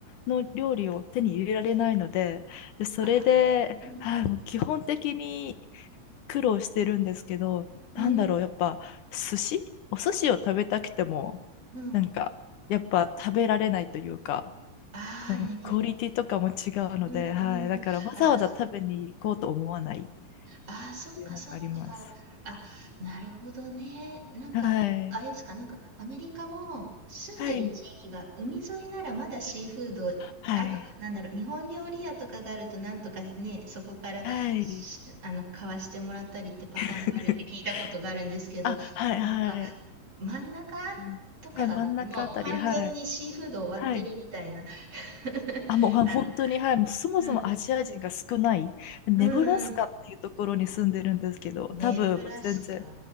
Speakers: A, on the left; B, on the right.
A: の料理を手に入れられないので、で、それで、
B: あ、うん。
A: はい、もう基本的に苦労してるんですけど、なんだろう、
B: うん。
A: やっぱ寿司お寿司を食べたくても、
B: うん。
A: なんか、やっぱ食べられないというか、
B: ああね、
A: でもクオリティとかも違うので、
B: うん
A: はい。だからわざわざ食べに行こうと思わないっ
B: うん。あ、そあー、そっかそっか。
A: ていうのがあります。
B: あ、なるほどね。なんか、
A: は
B: あれですか、
A: い。
B: なんかアメリカも住んでる地域が海沿いならまだシーフード、
A: はい。はい。
B: あと、なんだろう、日本料理屋とかがあるとなんとかね、そこからしあの買わしてもらったりってパターンがあるって聞いたことがあるんですけど、
A: はい。<laughs> あ、はい、
B: なんか
A: はい。
B: 真ん中
A: うんはい、
B: とかもう完全にシーフード終わってるみたいな。
A: 真ん中あたり、はい。はい。
B: <laughs>
A: あ、もう、あ本当に、
B: あ、
A: はい。もうそもそもアジア人が少ない、
B: うん。
A: ネブラスカっていうところに住んでるんですけど、
B: うんうんネブラスカ
A: 多分、もう全然、